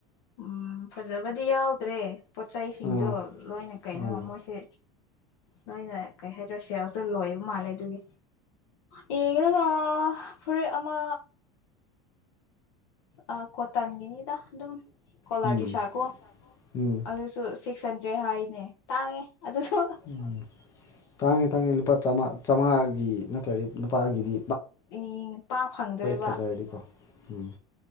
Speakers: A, on the left (about 65°); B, on the left (about 25°).
A: ꯎꯝ ꯐꯖꯕꯗꯤ ꯌꯥꯎꯗ꯭ꯔꯦ ꯄꯣꯠ ꯆꯩꯁꯤꯡꯗꯣ
B: ꯑꯥ
A: ꯂꯣꯏꯅ ꯀꯩꯅꯣ
B: ꯎꯝ
A: ꯃꯣꯏꯁꯦ ꯂꯣꯏꯅ ꯀꯩ ꯍꯥꯏꯗ꯭ꯔꯥ ꯁꯦꯜꯁꯦ ꯂꯣꯏꯕ ꯃꯥꯜꯂꯦ ꯑꯗꯨꯒꯤ ꯌꯦꯡꯉ ꯑꯥ ꯐꯨꯔꯤꯠ ꯑꯃ ꯑꯥ ꯀꯣꯇꯥꯟꯒꯤꯅꯤꯗ ꯑꯗꯨꯝ ꯀꯣꯂꯔ
B: ꯎꯝ
A: ꯇ꯭ꯔꯤ ꯁꯥꯔꯠꯀꯣ
B: ꯎꯝ
A: ꯑꯗꯨꯁꯨ ꯁꯤꯛꯁ ꯍꯟꯗ꯭ꯔꯦꯗ ꯍꯥꯏꯅꯦ ꯇꯥꯡꯉꯦ ꯑꯗꯨꯁꯨ
B: ꯎꯝ ꯇꯥꯡꯉꯦ ꯇꯥꯡꯉꯦ ꯂꯨꯄꯥ ꯆꯥꯝꯃꯉꯥꯒꯤ ꯅꯠꯇ꯭ꯔꯗꯤ ꯅꯨꯨꯄꯥꯒꯤꯗꯤ
A: ꯎꯝ ꯄꯥꯛ ꯐꯪꯗ꯭ꯔꯦꯕ
B: ꯐꯖꯔꯗꯤꯀꯣ ꯎꯝ